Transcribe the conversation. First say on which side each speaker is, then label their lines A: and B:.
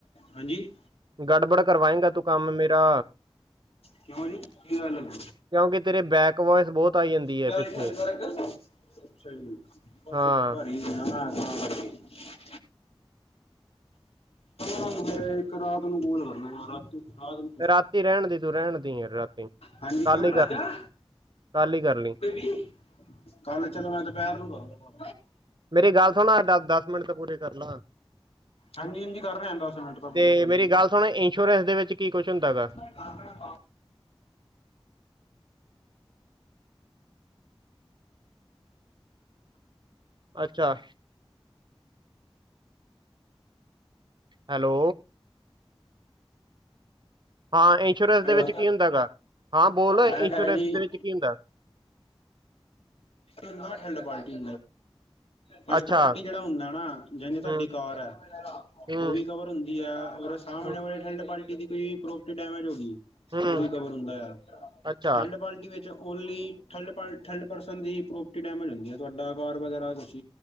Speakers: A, on the left (about 85°); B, on the right (about 50°).
A: ਹਾਂਜੀ
B: ਗੜਬੜ ਕਰਵਾਏਂਗਾ ਤੂੰ ਕੰਮ ਮੇਰਾ
A: ਕਿਉਂ ਜੀ ਕੀ ਗੱਲ <unintelligible>
B: ਕਿਉਂਕਿ ਤੇਰੇ ਬੈਕ ਵੋਇਸ ਬਹੁਤ ਆਈ ਜਾਂਦੀ
A: <inaudible>
B: ਹੈ ਪਿੱਛੇ ਹਾਂ
A: ਹੋਇ ਇੱਕ ਰਾਤ ਨੂੰ ਬੋਲ ਕਰਨਾ ਰਾਤ ਰਾਤ ਨੂੰ ਕੋਲ
B: ਰਾਤੀ ਰਹਿਣ ਦੀ ਤੂੰ ਰਹਿਣ ਦੀ ਯਾਰ ਰਾਤੀ
A: ਹਾਂਜੀ
B: ਕੱਲ
A: ਕਿਵੇਂ
B: ਹੀ
A: ਰਾਜਾ
B: ਕਰ ਲਈ ਕੱਲ ਹੀ ਕਰ ਲਈ
A: ਬੇਬੀ ਕੱਲ ਚੱਲਣਾ ਦੁਪਹਿਰ ਨੂੰ <unintelligible>
B: ਮੇਰੀ ਗੱਲ ਸੁਣ ਦ ਦਸ ਮਿੰਟ ਤੇ ਪੂਰੀ ਕਰ ਲਾਂ
A: ਹਾਂਜੀ ਹਾਂਜੀ ਕਰ ਰਹੇ ਹਾਂ ਦਸ ਮਿੰਟ ਤਾਂ ਪੂਰੇ
B: ਤੇ
A: ਕੋਈ
B: ਮੇਰੀ
A: ਨਹੀਂ
B: ਗੱਲ ਸੁਣ ਇੰਸ਼ੋਰੈਂਸ ਦੇ ਵਿੱਚ ਕੀ ਕੁਝ ਹੁੰਦਾ
A: <inaudible>
B: ਗਾ ਅੱਛਾ ਹੈਲੋ ਹਾਂ ਇੰਸ਼ੋਰੈਂਸ
A: ਹੈਲੋ
B: ਦੇ ਵਿੱਚ ਕੀ ਹੁੰਦਾ ਗਾ ਹਾਂ ਬੋਲ
A: ਮੈਂ
B: ਇੰਸ਼ੋਰੈਂਸ
A: ਕਹਿ ਰਿਹਾ ਜੀ
B: ਦੇ
A: <inaudible>
B: ਵਿੱਚ ਕੀ ਹੁੰਦਾ
A: ਤੇ <unintelligible> ਪਾਰਟੀ ਫਸਟ
B: ਅੱਛਾ
A: ਕੁਆਲਿਟੀ ਜਿਹੜਾ ਹੁੰਦਾ ਨਾ, ਜਿਨੇ ਤੁਹਾਡੀ
B: ਹੂੰ
A: ਕਾਰ ਹੈ,
B: ਹੂੰ
A: ਉਹ ਵੀ ਕਵਰ ਹੁੰਦੀ ਹੈ ਔਰ ਸ <unintelligible>
B: ਹੂੰ
A: ਠੰਡ ਪਾਣੀ ਕੋਈ ਪ੍ਰੋਪਰਟੀ ਡੈਮੇਜ ਹੋ ਗਈ,
B: ਹੂੰ
A: ਉਹ ਵੀ ਕਵਰ ਹੁੰਦਾ ਆ
B: ਅੱਛਾ
A: ਠੰਡ ਪਾਲਟੀ ਵਿੱਚ ਓਨਲੀ ਥਲਡ <unintelligible> <unintelligible> ਦੀ ਪ੍ਰੋਪਰਟੀ ਡੈਮੇਜ ਹੁੰਦੀ ਹੈ, ਤੁਹਾਡਾ ਕਾਰ ਵਗੈਰਾ ਕੁਛ